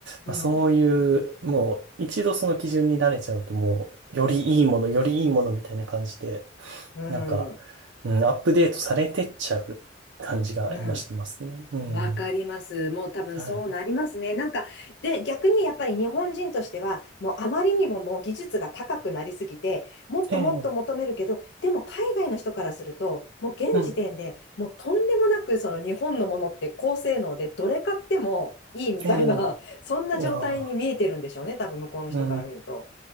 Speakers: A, on the right; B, on the left.
A: まあ、
B: うん。
A: そういうもう一度その基準に慣れちゃうともうよりいいもの、
B: うん。うん。
A: よりいいものみたいな感じで
B: うん。
A: なんか、うん、アップデートされてっちゃう感じが今してますね。
B: うん。
A: うん。
B: わかります。もう多分そうなりますね。
A: はい。
B: なんか、で、逆にやっぱり日本人としては、もうあまりにももう技術が高くなりすぎて、もっともっと求めるけど、
A: ええ、
B: でも海外の人からすると、もう現時点でもうとんでもなくその日本のものって高性能でどれ買ってもいいみたいな、
A: うん、ええ、
B: <laughs> そんな状態に見えてるんでしょうね。
A: いやー、
B: 多分向こうの人から見ると。
A: う